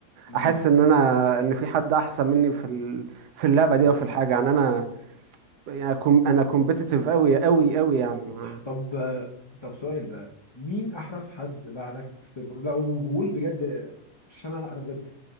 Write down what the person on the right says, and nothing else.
أحس إن أنا إن في حد أحسن مني في ال- في اللعبة
دي أو في الحاجة يعني أنا يعني كوم- أنا كومبيتيتيف أوي أوي أوي يعني ما